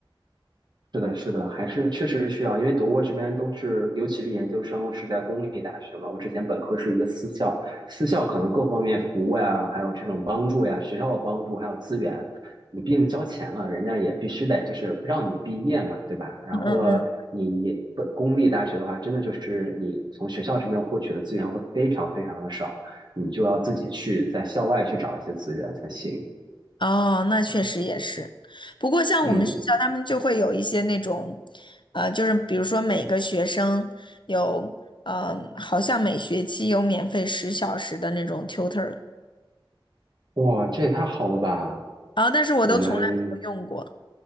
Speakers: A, on the right; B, on the left.
A: 是的，是的，还是确实是需要，因为德国这边都是，尤其是研究生是在公立大学嘛。我之前本科是一个私校，私校可能各方面服务呀，还有这种帮助呀，学校的帮助还有资源，你毕竟交钱了，人家也必须得就是让你毕业嘛，对吧？然后了，
B: 嗯嗯，
A: 你你本公立大学的话，真的就是你从学校这边获取的资源会非常非常的少，你就要自己去在校外去找一些资源才行。
B: 哦，那确实也是。不过像我们学校，
A: 嗯，
B: 他们就会有一些那种，呃，就是比如说每个学生有，嗯、好像每学期有免费十小时的那种 tutor，
A: 哇，这也太好了吧！
B: 然后但是我都从来没有用过。
A: 我们